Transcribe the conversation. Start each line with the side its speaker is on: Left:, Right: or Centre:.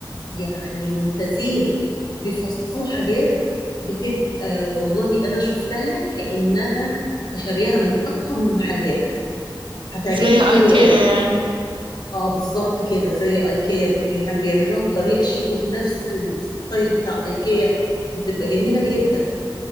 Left: يعني ممتازين بيفصلوا حاجات بتبقى والله أنا شفتها كأنها شاريها من أفخم المحلات هتعجبك
Right: زي ايكيا
Left: قوي قوي
Right: يعني
Left: اه بالظبط كده زي ايكيا بي- بيعملوها بطريقة شيك وبنفس الستايل بتاع ايكيا بتبقى جميلة جدا